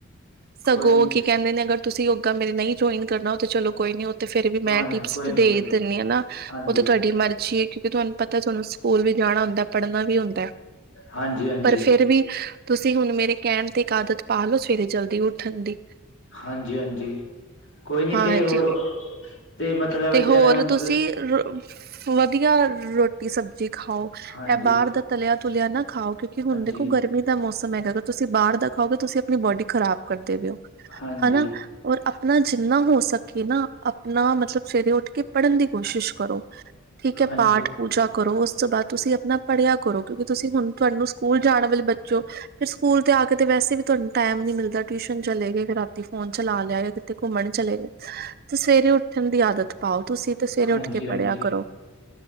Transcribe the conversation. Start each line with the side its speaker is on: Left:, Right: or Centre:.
Right: ਸਗੋਂ
Left: ਕੋਈ ਨੀ
Right: ਕੀ ਕਹਿੰਦੇ ਨੇ ਅਗਰ ਤੁਸੀਂ ਯੋਗਾ ਮੇਰੇ ਨਈ ਜੁਆਇਨ ਕਰਨਾ, ਉਹ ਤੇ ਚਲੋ ਕੋਈ ਨੀ। ਫਿਰ ਵੀ ਮੈਂ
Left: ਹਾਂ
Right: ਟਿਪਸ
Left: ਕੋਈ
Right: ਤੇ
Left: ਨੀ
Right: ਦੇ
Left: ਕੋਈ ਨੀ
Right: ਦਿੰਨੀ ਆਂ,
Left: ਹਾਂਜੀ
Right: ਉਹ ਤੇ ਤੁਹਾਡੀ ਮਰਜ਼ੀ ਏ ਕਿ ਤਹਾਨੂੰ ਪਤਾ ਚਲੋ ਸਕੂਲ ਵੀ ਜਾਣਾ ਹੁੰਦਾ, ਪੜ੍ਹਨਾ ਵੀ ਹੁੰਦਾ,
Left: ਹਾਂਜੀ ਹਾਂਜੀ
Right: ਪਰ ਫੇਰ ਵੀ ਤੁਸੀਂ ਹੁਣ ਮੇਰੇ ਕਹਿਣ ਤੇ ਇੱਕ ਆਦਤ ਪਾ ਲੋ, ਸਵੇਰੇ ਜਲ ਦੀ ਉੱਠਣ ਦੀ,
Left: ਹਾਂਜੀ ਹਾਂਜੀ ਕੋਈ ਨੀ
Right: ਹਾਂਜੀ।
Left: ਤੇ ਹੋਰ ਤੇ ਮਤਲਬ
Right: ਤੇ
Left: ਜਿਵੇਂ
Right: ਹੋਰ
Left: ਹੁਣ
Right: ਤੁਸੀਂ ਰ ਵਧੀਆ ਰੋ ਰੋਟੀ ਸਬਜ਼ੀ ਖਾਓ,
Left: ਹਾਂਜੀ
Right: ਇਹ ਬਾਹਰ ਦਾ ਤਲਿਆ ਤੁਲਿਆ ਨਾ ਖਾਓ, ਕਿਉਂਕਿ ਹੁਣ
Left: ਹਾਂਜੀ
Right: ਦੇਖੋ
Left: ਹਾਂਜੀ
Right: ਗਰਮੀ ਦਾ ਮੌਸਮ ਹੈਗਾ ਅ ਤੁਸੀਂ ਬਾਹਰ ਦਾ ਖਾਓਗੇ, ਤੁਸੀਂ ਆਪਣੀ ਬੋਡੀ ਖ਼ਰਾਬ ਕਰਦੇ ਪਏ ਓ
Left: ਹਾਂਜੀ
Right: ਹਨਾ। ਔਰ ਆਪਣਾ ਜਿੰਨਾ ਹੋ ਸਕੇ ਨਾ, ਆਪਣਾ ਮਤਲਬ ਸਵੇਰੇ ਉੱਠ ਕੇ ਪੜ੍ਹਨ ਦੀ ਕੋਸ਼ਿਸ਼ ਕਰੋ। ਠੀਕ ਐ
Left: ਹਾਂਜੀ
Right: ਪਾਠ ਪੂਜਾ ਕਰੋ, ਉਸ ਤੋਂ ਬਾਅਦ ਤੁਸੀਂ ਆਪਣਾ ਪੜ੍ਹਿਆ ਕਰੋ, ਕਿਉਂਕਿ ਤੁਸੀਂ ਹੁਣ ਤੁਹਾਨੂੰ ਸਕੂਲ ਜਾਣ ਵਾਲੇ ਬੱਚੋ ਫੇਰ ਸਕੂਲ ਤੇ ਆ ਕੇ ਤੇ ਵੈਸੇ ਵੀ ਤੁਹਾਨੂੰ ਟੈਮ ਨੀ ਮਿਲਦਾ, ਟਿਊਸ਼ਨ ਚਲੇ ਗਏ, ਫਿਰ ਰਾਤੀ ਫੋਨ ਚਲਾ ਲਿਆ। ਤੇ ਘੁੰਮਣ ਚਲੇ ਗਏ ਤੇ ਸਵੇਰੇ ਉੱਠਣ ਦੀ ਆਦਤ ਪਾਓ ਤੁਸੀਂ ਤੇ ਸਵੇਰੇ
Left: ਹਾਂਜੀ
Right: ਉੱਠ ਕੇ ਪੜ੍ਹਿਆ
Left: ਹਾਂਜੀ
Right: ਕਰੋ।